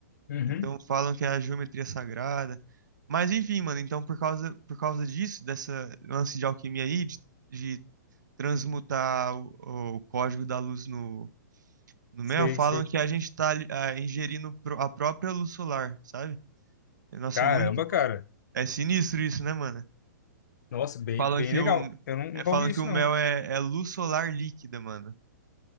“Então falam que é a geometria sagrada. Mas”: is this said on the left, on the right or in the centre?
Right